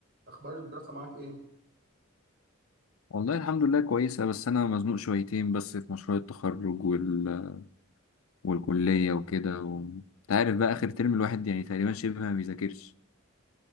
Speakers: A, on the right; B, on the left.
A: اخبار الدراسه معاك ايه
B: والله الحمد لله كويسة بس أنا مزنوق شويتين بس في مشروع التخرج وال... والكلية وكده و... أنت عارف بقى آخر ترم الواحد يعني تقريبا شبه ما بيذاكرش